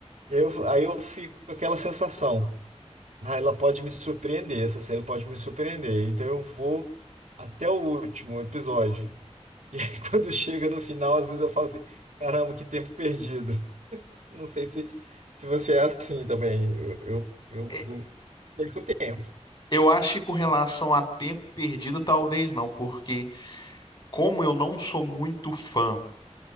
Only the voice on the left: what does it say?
E-
Eu acho que com relação a tempo perdido, talvez não, porque como eu não sou muito fã